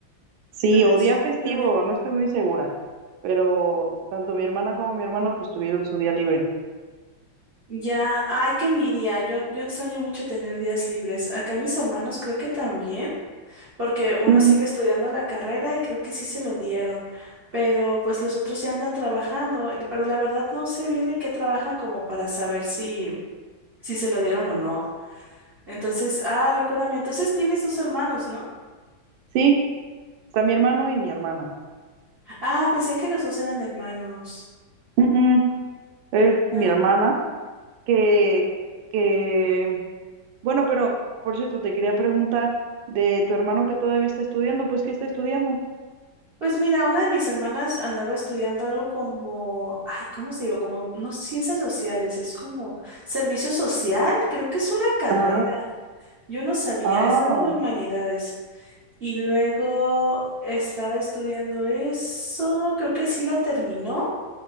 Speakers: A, on the right (about 80°); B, on the right (about 40°).
A: Sí,
B: No manches,
A: o día festivo,
B: también.
A: no estoy muy segura. Pero tanto mi hermana como mi hermano pues tuvieron su día libre.
B: Ya, ay, qué envidia. Yo, yo extraño mucho tener días libres. Acá mis hermanos creo que también, porque uno
A: Ujú.
B: sigue estudiando la carrera y creo que sí se lo dieron. Pero pues los otros ya andan trabajando, pero la verdad no sé bien en qué trabajan como para saber si, si se lo dieron o no. Entonces, ah, recuérdame, entonces tienes dos hermanos, ¿no?
A: Sí, está mi hermano y mi hermana.
B: Ah, pensé que los dos eran hermanos.
A: Mm, mm, Es
B: Ya.
A: mi hermana que, que Bueno, pero por cierto, te quería preguntar de tu hermano que todavía está estudiando, pues ¿qué está estudiando?
B: Pues mira, una de mis hermanas andaba estudiando algo como, ay, ¿cómo se digo? Como, no, ciencias sociales, es como servicio social, creo que es una carrera,
A: Ajá.
B: yo no sabía,
A: Ah,
B: es algo de humanidades. Y luego estaba estudiando eso, creo que sí la terminó,